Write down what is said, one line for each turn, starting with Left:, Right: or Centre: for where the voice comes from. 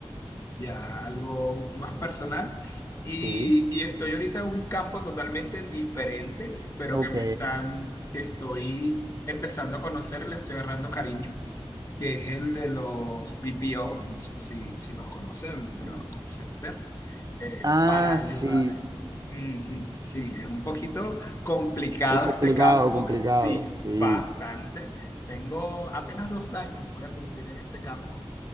Left: ya algo más personal, y,
Right: sí.
Left: y estoy ahorita en un campo totalmente diferente, pero
Right: Ok.
Left: que me están, que estoy empezando a conocer, le estoy agarrando cariño que es el de los BPO, no sé si, si los conoces,
Right: Mm.
Left: de los call centers, eh,
Right: Ah,
Left: para ayudar.
Right: sí.
Left: Ujú, Sí, es un poquito complicado
Right: Es complicado,
Left: este campo,
Right: complicado.
Left: sí,
Right: Sí.
Left: bastante. Tengo apenas dos años, voy a cumplir en este campo